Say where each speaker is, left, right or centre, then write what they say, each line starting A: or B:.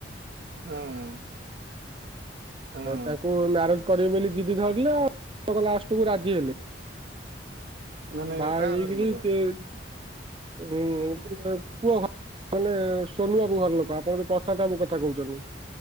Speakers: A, on the right; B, on the right.
A: ହଁ ହଁ
B: ତାଙ୍କୁ ମାରେଜ କରିବେ ବୋଲି ଜିଦି ଧରିଲେ ଆଉ ଲାଷ୍ଟକୁ ରାଜି ହେଲେ ବାଗ
A: ମାନେ କାହା ଘର ଲୋକ
B: ଉ କୁଅ ଖ ମାନେ ସୋନୁ ବାବୁ ଘରଲୋକ ଆପଣ ବୋଧେ ପ୍ରଶାନ୍ତ ବାବୁ କଥା କହୁଛନ୍ତି